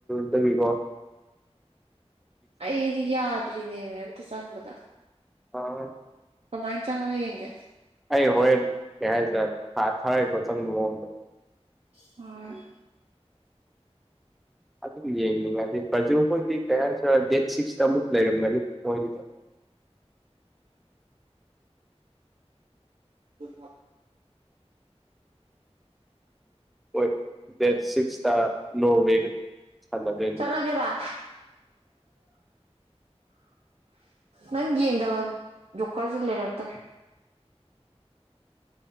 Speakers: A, in the centre; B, on the right (about 70°).
A: ꯗꯕꯤꯒꯣ
B: ꯑꯩꯗꯤ ꯌꯥꯗ꯭ꯔꯤꯅꯦꯦꯕ ꯑꯇ ꯆꯉꯃꯗ
A: ꯑꯥ
B: ꯀꯃꯥꯏꯅ ꯆꯪꯉ ꯌꯦꯌꯦꯒꯦ
A: ꯑꯩ ꯍꯣꯔꯦꯟ ꯀꯩ ꯍꯥꯏꯁꯦ ꯊꯥꯔꯦꯀꯣ ꯆꯪꯕ ꯃꯑꯣꯡꯗ
B: ꯍ
A: ꯑꯗꯨꯝ ꯌꯦꯡꯅꯤꯡꯉꯗꯤ ꯐ꯭ꯔꯖ ꯍꯣꯏꯗꯤ ꯀꯌꯥꯨ ꯗꯦꯠ ꯁꯤꯛꯁꯇ ꯑꯃꯨꯛ ꯂꯩꯔꯝꯒꯅꯤ ꯃꯣꯏꯒꯤꯗ
B: ꯎ ꯎ
A: ꯍꯣꯏ ꯗꯦꯠ ꯁꯤꯛꯁꯇꯥ ꯅꯣ ꯑꯣꯏꯦꯒ ꯁꯥꯟꯅꯅꯤ
B: ꯦꯕ ꯅꯪ ꯌꯦꯡꯗꯕ ꯣꯛꯀꯔꯁꯨ ꯂꯩꯔꯛꯇ꯭ꯔꯦ